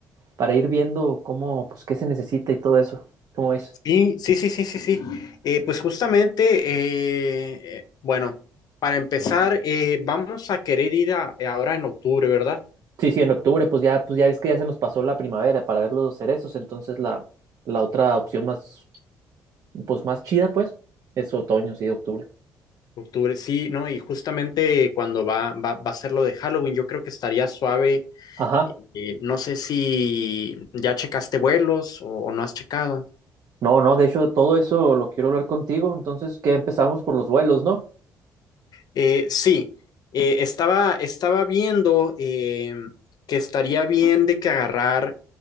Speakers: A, on the right; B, on the left.
A: para ir viendo cómo, pues qué se necesita y todo eso? ¿Cómo ves?
B: Sí, sí, sí, sí, sí, sí. Eh, pues justamente, eh, eh, bueno, para empezar, eh, vamos a querer ir a- eh, ahora en octubre, ¿verdad?
A: Sí, sí, en octubre, pues ya, pues ya ves que ya se nos pasó la primavera para ver los cerezos. Entonces, la, la otra opción más, pues más chida, pues, es otoño, sí, octubre.
B: Octubre, sí, ¿no? Y justamente cuando va, va, va a ser lo de Halloween, yo creo que estaría suave.
A: Ajá.
B: Eh, no sé si ya checaste vuelos o o no has checado.
A: No, no, de hecho, todo eso lo quiero hablar contigo. Entonces, ¿qué empezamos por los vuelos, no?
B: Eh, sí, eh, estaba, estaba viendo eh, que estaría bien de que agarrar,